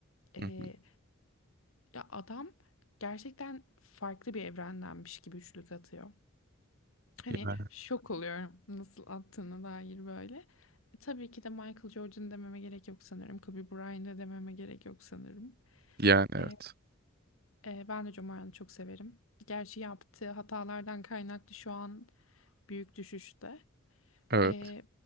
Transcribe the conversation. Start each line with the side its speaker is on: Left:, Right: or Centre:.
Left: Ee,
Right: Hı hı.
Left: ya adam gerçekten farklı bir evrendenmiş gibi üçlük atıyor. Hani
Right: Yani.
Left: şok oluyorum nasıl attığına dair böyle. E, tabii ki de Michael Jordan dememe gerek yok sanırım. Kobe Bryant'ı dememe gerek yok sanırım.
Right: Yani evet.
Left: E, e, ben de Jomar'ı çok severim. Gerçi yaptığı hatalardan kaynaklı şu an büyük düşüşte.
Right: Evet.
Left: E,